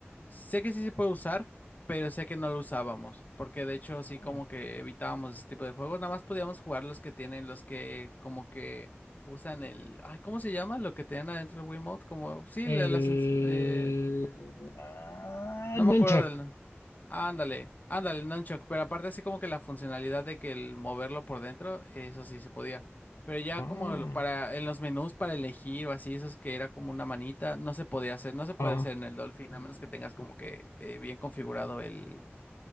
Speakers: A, on the left; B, on the left.
A: Sé que sí se puede usar, pero sé que no lo usábamos, porque de hecho sí
B: Ah,
A: como que evitábamos ese tipo de juegos, nada más podíamos jugar los que tienen, los que como que usan el... Ay, ¿cómo se llama? Lo que tienen adentro el Wiimote, como... Sí, la,
B: El
A: la sens- eh,
B: ah,
A: No me
B: nunchuck.
A: acuerdo del... Ándale, ándale, el nunchuck, pero aparte así como que la funcionalidad de que el moverlo por dentro, eso sí se podía. Pero ya
B: Ah,
A: como el- para en los menús para elegir o así, esos que era como una manita, no se podía hacer, no se puede
B: ah,
A: hacer en el Dolphin, a menos que tengas como que eh, bien configurado el,